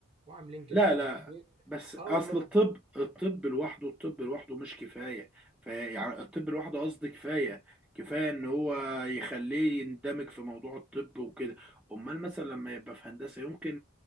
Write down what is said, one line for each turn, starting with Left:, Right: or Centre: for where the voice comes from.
Right: وعاملين جامعات
Centre: لا لا
Right: و...
Centre: بس
Right: اه
Centre: اصل
Right: والله
Centre: الطب الطب لوحده الطب لوحده مش كفايه فيعني الطب لوحده قصدي كفايه كفايه ان هو يخليه يندمج في موضوع الطب وكده امال مثلا لما يبقى في هندسه يمكن